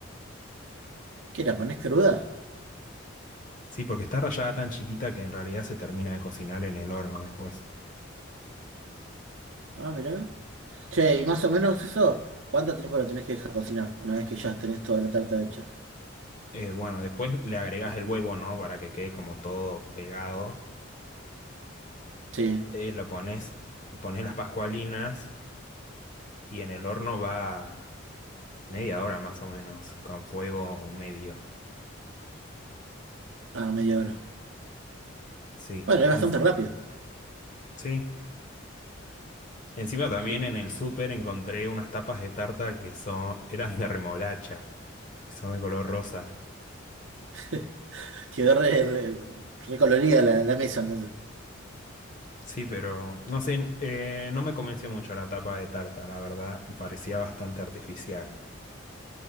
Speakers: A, on the right; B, on the left.
A: qué, la ponés cruda?
B: Sí, porque está rallada tan chiquita que en realidad se termina de cocinar en el horno después.
A: Ah, mirá. Che, y más o menos eso, ¿cuánto tiempo lo tenés que dejar cocinar una vez que ya tenés toda la tarta hecha?
B: Eh, bueno, después le agregas el huevo, ¿no? Para que quede como todo pegado.
A: Sí,
B: Eh, lo pones, le pones las pascualinas y en el horno va media hora más o menos, con fuego medio.
A: ah, media hora.
B: Sí,
A: Bueno, es
B: en-
A: bastante rápido.
B: sí. Encima también
A: Sí.
B: en el súper encontré unas tapas de tarta que son, eran de remolacha, que son de color rosa.
A: <laughs> Quedó re- re- recolorida la, la mesa entonces.
B: Sí, pero no sé, eh, no me convenció mucho la tapa de tarta, la verdad, parecía bastante artificial.